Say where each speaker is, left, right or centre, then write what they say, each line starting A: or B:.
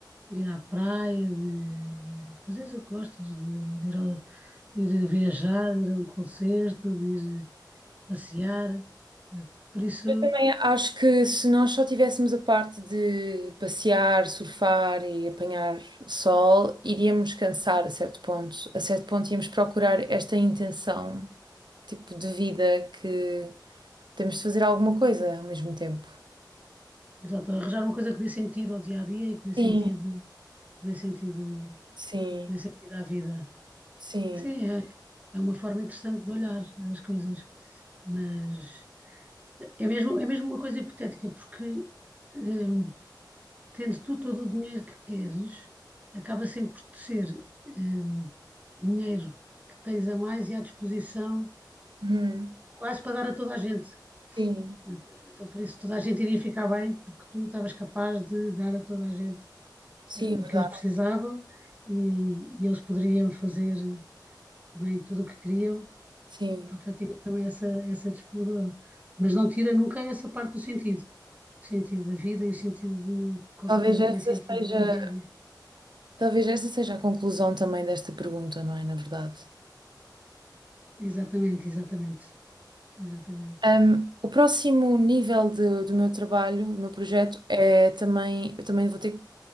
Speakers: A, on the right (about 20°); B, on the right (about 75°).
A: de ir à praia, de, de fazeres o que gostas, de, de ir, ao- de ir viajar, de ir a um concerto, de ir passear. Eh, Por isso,
B: Eu também acho que se nós só tivéssemos a parte de passear, surfar e apanhar sol, iríamos cansar a certo ponto. A certo ponto íamos procurar esta intenção, tipo de vida que temos de fazer alguma coisa ao mesmo tempo.
A: portanto, arranjar uma coisa que dê sentido ao dia a dia e que dê
B: Sim,
A: sentido, que dê sentido,
B: sim,
A: que dê sentido à vida.
B: sim.
A: Sim, é, é uma forma interessante de olhar as coisas, mas é mesmo, é mesmo uma coisa hipotética, porque hum, tendo tu todo o dinheiro que queres, acaba sempre por te ser hum, dinheiro que tens a mais e à disposição
B: Uhum,
A: quase para dar a toda a gente.
B: Sim,
A: Então, então, por isso, toda a gente iria ficar bem, porque tu estavas capaz de dar a toda a gente
B: sim,
A: eh,
B: é
A: o
B: verdade.
A: que eles precisavam e, e eles poderiam fazer também tudo o que queriam
B: Sim.
A: porque já tive também essa, essa disponibilidade. Mas não tira nunca essa parte do sentido, o sentido da vida e o sentido de qualquer
B: Talvez
A: coisa
B: esta
A: que dê sentido
B: seja,
A: ao dia a dia.
B: talvez esta seja a conclusão também desta pergunta, não é? Na verdade.
A: Exatamente, exatamente, exatamente.
B: Um, o próximo nível de- do meu trabalho, do meu projeto, é também, eu também vou ter que